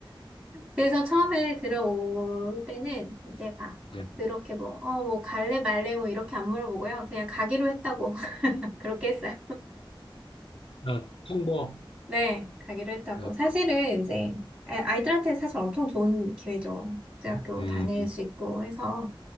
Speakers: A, on the right; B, on the left.
A: 그래서 처음에 들어올 때는 이제 막
B: 예.
A: 그렇게 뭐, 어, 뭐 갈래 말래 뭐 이렇게 안 물어보고요. 그냥 가기로 했다고 <laughs> 그렇게 했어요.
B: 아, 통보.
A: 네, 가기로 했다고.
B: 어,
A: 사실은 이제 아- 아이들한테 사실 엄청 좋은 기회죠. 국제학교
B: 음,
A: 다닐 수 있고 해서.